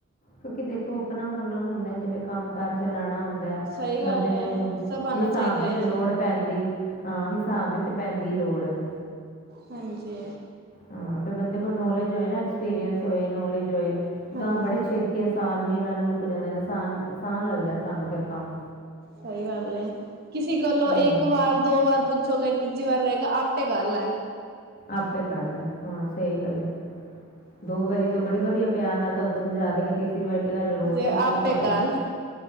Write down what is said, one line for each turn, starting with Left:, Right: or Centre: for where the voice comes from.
Left: ਕਿਉਂਕਿ ਦੇਖੋ ਆਪਣਾ ਹੁਣ ਹੁੰਦਾ ਜਿਵੇਂ ਕੰਮ ਕਾਰ ਚਲਾਉਣਾ ਹੁੰਦਾ
Right: ਸਹੀ ਗੱਲ
Left: ਬੰਦੇ
Right: ਹੈ
Left: ਨੂੰ
Right: ਸਭ ਆਣਾ
Left: ਹਿਸਾਬ
Right: ਚਾਹੀਦਾ
Left: ਦੀ
Right: ਹੈ
Left: ਤੇ ਲੋੜ ਪੈਂਣਦੀ ਹਾਂ ਹਿਸਾਬ ਦੀ ਤੇ ਪੈਂਣ ਦੀ ਲੋੜ ਹੈ।
Right: ਹਾਂਜੀ।
Left: ਹਾਂ, ਫਿਰ ਬੰਦੇ ਕੋਲ ਨੋਲੇਜ ਹੋਏ ਨਾ ਐਕਸਪੀਰੀਸ ਹੋ ਨੋਲੇਜ ਹੋਏ
Right: ਹਾਂਜੀ
Left: ਕੰਮ ਬੜੇ ਛੇ, ਤੇ ਆਸਾਨੀ ਨਾਲ ਮੁੱਕ ਜਾਂਦੇ ਹਨ ਆਸਾਨ ਆਸਾਨ ਲੱਗਦਾ ਸਾਨੂੰ ਫਿਰ ਕੰਮ।
Right: ਸਹੀ ਗੱਲ ਏ, ਕਿਸੀ ਕੋਲੋਂ
Left: ਹਾਂ
Right: ਇੱਕ ਵਾਰ ਦੋ ਵਾਰ ਪੁੱਛ ਹੋ ਗਏ ਤੀਜੀ ਵਾਰ ਕਏਗਾ ਆਪੇ ਕਰ ਲੈ।
Left: ਆਪੇ ਕਰ ਲੈ ਹਾਂ ਸਹੀ ਗੱਲ,
Right: ਸਹੀ
Left: ਦੋ ਵਾਰੀ
Right: ਗੱਲ
Left: ਤੋਂ ਬੜੀ
Right: ਹੈ
Left: ਵਦੀਆ ਪਿਆਰ ਨਾਲ ਤਾਨੂੰ ਸਮਝਾ ਦੇਗਾ <unintelligible>
Right: ਜੇ
Left: ਕੰਮ
Right: ਆਪ
Left: ਪਾ
Right: ਪੇ
Left: ਲਿਆ
Right: ਕਰ